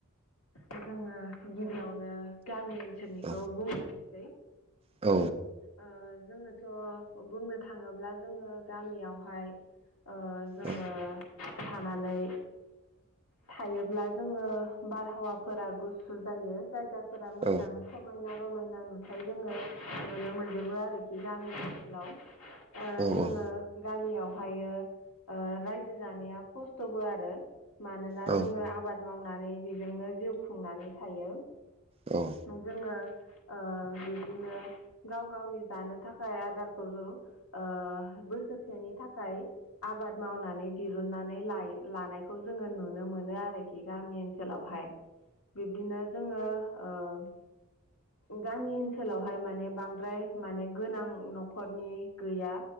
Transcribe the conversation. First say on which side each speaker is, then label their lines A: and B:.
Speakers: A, on the left; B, on the right.
A: जोङो गिबियावनो गामि ओनसोलनिखौ
B: औ
A: बुंलोननोसै
B: औ
A: ओ जोङोथ' बुंनो थाङोब्ला जोङो गामियावहाय ओ जोङो
B: औ
A: थानानै थायोब्ला जोङो बारहावाफोरा गुसु जायो जायगाफोरा मोजां
B: औ
A: समायना रमायना नुथाय जोङो नुनो मोनजोबो आरोखि गामि ओनसोलाव ओ
B: औ
A: जोङो
B: औ
A: गामियावहायो ओ‌ रायजो जानाया खस्थ'बो आरो मानोना
B: नंगौ औ
A: जोङो आबाद मावनानै बेजोंनो जिउ खुंनानै थायो
B: औ
A: जोङो ओ बिदिनो गाव गावनि जानो थाखाय आदारखौ ज' ओ बोसोरसेनि थाखाय आबाद मावनानै दिरुननानै लायो लानायखौ जोङो नुनो मोनो आरोखि गामि ओनसोलावहाय बिब्दिनो जोङो ओ गामि ओनसोलावहाय माने बांद्राय माने गोनां न'खरनि गैया